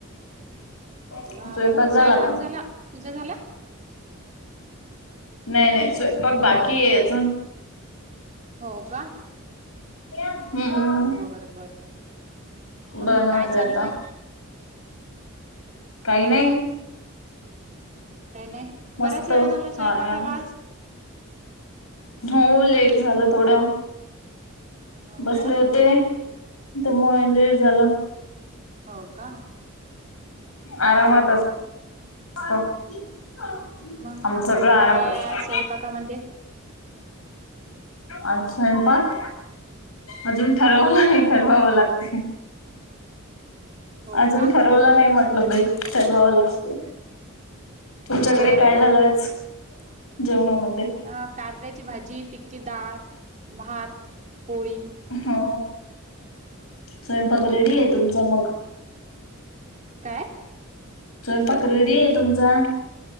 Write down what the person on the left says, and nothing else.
स्वयंपाक
का?
नाही नाही स्वयंपाक बाकी
आहे अजून.
हम्म
बनवते
आता.
काही नाही.
मस्त
आराम.
हो लेट झालं थोडं.
बसले
होते त्यामुळे लेट झालं.
आरामात
<unintelligible>
आमचं सगळं आरामात
असतं.
आज स्वयंपाक अजून ठरवला
नाही ठरवावं लागते.
अजून
ठरवलं नाही म्हटलं बेट ठरवावं लागते. तुमच्याकडे
काय
झालंय आज जेवणामध्ये?
हो स्वयंपाक
रेडी आहे तुमचा मग.
स्वयंपाक रेडी आहे तुमचा?